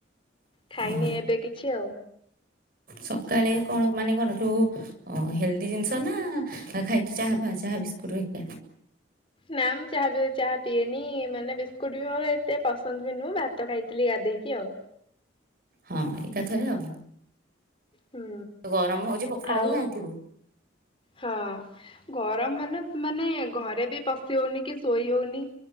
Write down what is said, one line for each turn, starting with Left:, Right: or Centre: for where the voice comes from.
Left: ଖାଇନି
Right: ଅହ
Left: ଏବେ କିଛି ଆଉ।
Right: ସକାଳେ କଣ ମାନେ କଣ ଯୋଉ ଓ ହେଲ୍ଦି ଜିନିଷ ନା ଖାଇଚୁ ଚାହା ଫାଆ ଚାହା ବିସ୍କୁଟ୍ ହେର୍କା।
Left: ନା ମୁ ଚାହା ବ୍ ଚାହା ପିଏନି ମାନେ ବିସ୍କୁଟ ବି ମୋର ଏ ଏତେ ପସନ୍ଦ୍ ବି ନୁହଁ ଭାତ ଖାଇଥିଲି ଗାଧେଇକି ଆଉ।
Right: ହଁ ଏକାଥରେ ଆଉ,
Left: ହୁଁ
Right: ଗରମ ହଉଚି ପଖାଳ
Left: ଆଉ
Right: ବି ଖାଇଥିବୁ।
Left: ହଁ ଗରମ୍ ମାନେ ମାନେ ଘରେ ବି ପଶି ହଉନି କି ଶୋଇ ହଉନି।